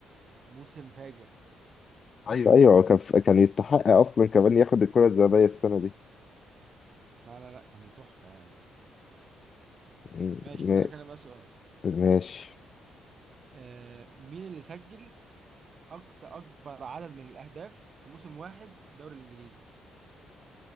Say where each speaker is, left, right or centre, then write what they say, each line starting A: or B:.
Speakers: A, on the right; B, on the left.
A: موسم فاجر
B: ايوه فأيوه هو كان كان يستحق أصلا كمان ياخد الكرة الذهبية السنة دي
A: لا لا لا كان تحفه يعني
B: م-
A: ماشي اسالك انا بقى سؤال
B: ماشي
A: آه مين اللي سجل اكتر اكبر عدد من الاهداف في موسم واحد في الدوري الانجليزي